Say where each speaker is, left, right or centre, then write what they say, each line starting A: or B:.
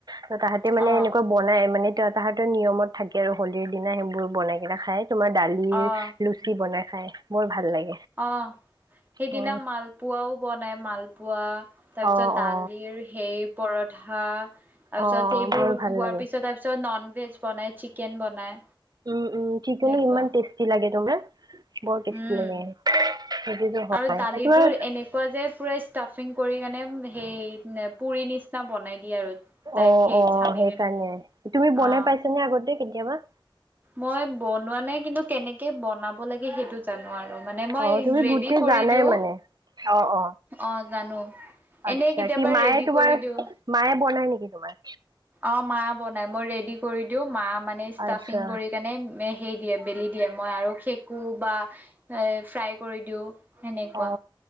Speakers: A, on the right (about 50°); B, on the right (about 20°).
A: ত তাহাঁতে মানে
B: অ',
A: এনেকুৱা বনাই মানে তাহতৰ নিয়মত থাকে আৰু হোলীৰ দিনা সেইবোৰ বনাই কেনে খাই তোমাৰ দালিৰ
B: অ',
A: লুচি বনাই খাই বৰ ভাল লাগে
B: অ সেইদিনা
A: অ
B: মালপোৱাও বনাই মাল পোৱা তাৰপিছত
A: অ
B: দালিৰ
A: অ
B: সেই পৰঠা তাৰ
A: অ
B: পিছত সেইবোৰ
A: বৰ
B: হোৱাৰ
A: ভাল লাগে
B: পিছত তাৰপিছত নন ভেজ বনাই চিকেন বনাই
A: উম উম চিকেনো
B: এনেকুৱা
A: ইমান টেষ্টি লাগে তোমাৰ বৰ টেষ্টি
B: উম
A: লাগে সেইটোতো হয়
B: আৰু দালিৰ
A: তোমাৰ
B: এনেকুৱা যে পুৰা ষ্টাফিং কৰি কিনে সেই পুৰি নিচ- চিনা বনাই দিয়ে আৰু তাইক
A: অ অ
B: সেই সানি
A: সেইকাৰণে
B: কেনে
A: তুমি বনাই
B: অ
A: পাইছা নে আগতে কেতিয়াবা
B: মই বনোৱা নাই কিন্তু কেনেকে বনাব লাগে সেইটো জানো আৰু মানে মই
A: অ তুমি
B: ৰেডি
A: গোটেই
B: কৰি
A: জানাই
B: দিওঁ
A: মানে অ অ
B: অ জানো
A: আচ্ছা
B: এনেই কেতিয়াবা
A: কি মায়ে
B: ৰেডি
A: তোমাৰ
B: কৰি দিওঁ
A: মায়ে বনাই নেকি তোমাৰ
B: অ মা বনাই মই ৰেডি কৰি দিও মা মানে ষ্টাফিং
A: আচ্ছা
B: কৰি কেনে সেই দিয়ে বেলি দিয়ে মই আৰু সেঁকু বা ফ্ৰাই কৰি দিওঁ সেনেকুৱা
A: অ